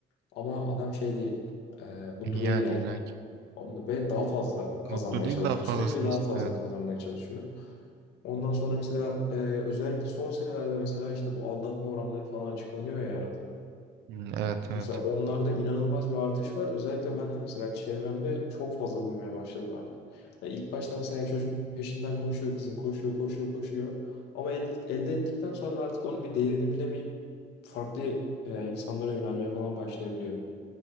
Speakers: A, on the left; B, on the right.
A: ama adam şey değil. e, mutlu
B: Yani
A: değil yani.
B: illa ki.
A: Onu- Ve daha fazla
B: Mutlu
A: kazanmaya
B: değil
A: çalışıyor.
B: daha fazlasını
A: Sürekli daha
B: istiyor
A: fazla
B: evet.
A: kazanmaya çalışıyor. Ondan sonra mesela e, özellikle son senelerde mesela işte bu aldatma oranları falan açıklanıyor ya arada.
B: Hmm, evet
A: Mesela
B: evet.
A: onlarda inanılmaz bir artış var. Özellikle ben de mesela çevremde çok fazla duymaya başladım hani. Hani ilk başta mesela çocuk peşinden koşuyor kızın, koşuyor, koşuyor, koşuyor. Ama elde, elde ettikten sonra artık onun bir değerini bilemeyip farklı e, insanlara yönelmeye falan başlayabiliyor.